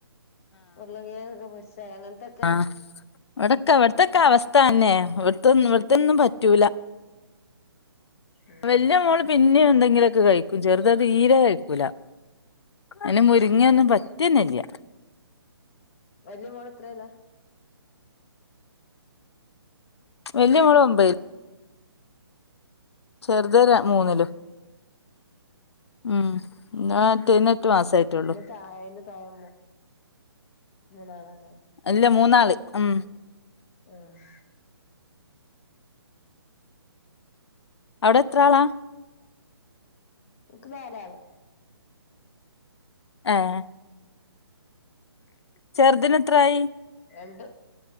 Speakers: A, on the left; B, on the left.
A: <inaudible> ഉരുളൻ കിഴങ്ങ് പൊരിച്ച അങ്ങനത്തെക്കെ
B: ആഹ് ഇവിടൊക്കെ അവിടത്തൊക്കെ അവസ്ഥ തന്നെ ഇവിടത്തെന്നും ഇവിടത്തെൊന്നും പറ്റൂല
A: ഉം
B: വലിയ മോള് പിന്നെയും എന്തെങ്കിലുമൊക്കെ കഴിക്കും ചെറുത് അത് തീരെ കഴിക്കൂല അതിന് മുരിങ്ങ
A: ഉം
B: ഒന്നും പറ്റിയന്നല്ല
A: വലിയ മോൾ എത്രയിലാ
B: വലിയ മോള് ഒമ്പതിൽ ചെറുത്
A: ഒമ്പതില്ലേ
B: മൂന്നിലും ഉം ഞാൻ <inaudible> എട്ടുമാസം ആയിട്ടുള്ളൂ
A: പിന്നെ താഴെ താഴേണ്ട താഴെ മൂന്നാളും
B: അല്ല മൂന്നാള് ഉം
A: ആഹ്
B: അവിടെ എത്ര ആളാ
A: ഇൻക്ക് നാലാള്
B: ഏഹ് ചെറുതിന് എത്രായി
A: രണ്ട്‌